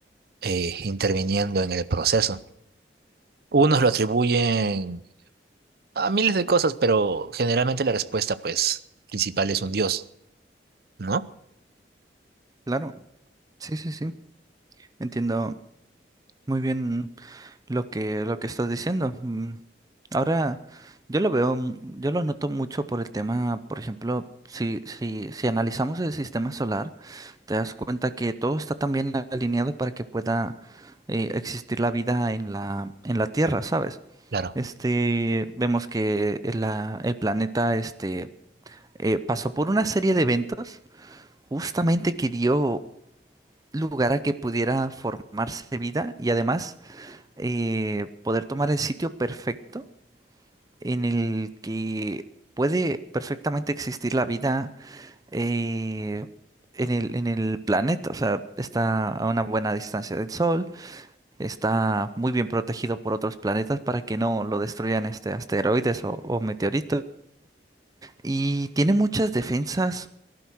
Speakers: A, on the right (about 60°); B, on the right (about 20°).
A: eh, interviniendo en el proceso. Unos lo atribuyen a miles de cosas, pero generalmente la respuesta, pues, principal es un dios, ¿no?
B: Claro, sí, sí, sí. Entiendo muy bien Lo que, lo que estás diciendo. Mm, Ahora, yo lo veo, m- yo lo noto mucho por el tema, por ejemplo, si, si, si analizamos el sistema solar, te das cuenta que todo está tan bien alineado para que pueda eh, existir la vida en la, en la Tierra, ¿sabes?
A: Claro.
B: Este, vemos que el, la- el planeta, este, eh, pasó por una serie de eventos justamente que dio lugar a que pudiera formarse vida y además eh, poder tomar el sitio perfecto en el que puede perfectamente existir la vida eh, en el, en el planeta. O sea, está a una buena distancia del Sol, está muy bien protegido por otros planetas para que no lo destruyan este asteroides o, o meteoritos. Y tiene muchas defensas